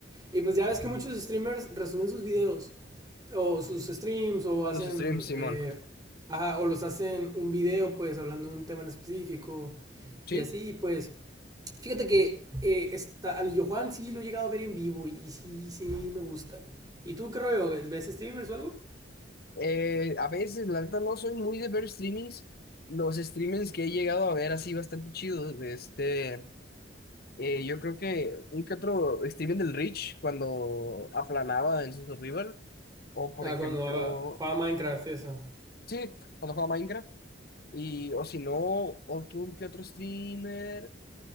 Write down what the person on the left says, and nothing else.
Los streams, Simón.
Sí,
eh, a veces, la neta, no soy muy de ver streamings. Los streamings que he llegado a ver así bastante chidos, este, eh, yo creo que un que otro streaming del Rich cuando aplanaba en su Survival, o por
ejemplo,
sí, cuando jugaba Minecraft, y o si no, otro un que otro streamer,